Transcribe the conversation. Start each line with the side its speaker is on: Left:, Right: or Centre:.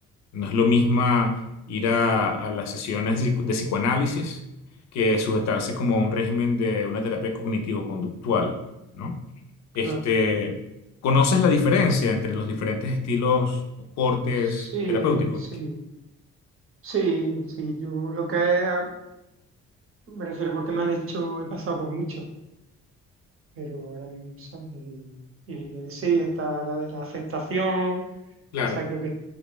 Left: No es lo mismo ir a, a las sesiones de, psico- de psicoanálisis que sujetarse como a un régimen de una terapia cognitivo-conductual, ¿no? Este,
Right: claro.
Left: ¿conoces la diferencia entre los diferentes estilos o cortes
Right: Sí,
Left: terapéuticos?
Right: sí, sí, sí, yo lo que es, ah, me refiero porque me han hecho, he pasado por mucho. pero ahora mismo, y, y, eh, sí, está la de la aceptación,
Left: Claro.
Right: esa creo que,